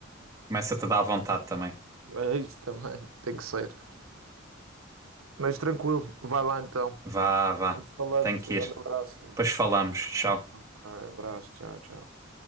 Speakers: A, on the right (about 15°); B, on the right (about 85°).
A: Começa-te a dar vontade também.
B: é isso também, <laughs> tem que ser. Mas tranquilo, vai lá então.
A: Vá, vá.
B: Vamos falando,
A: Tenho que
B: um
A: ir.
B: grande abraço. Yuri.
A: Depois falamos. Tchau.
B: Ok, abraço, tchau, tchau.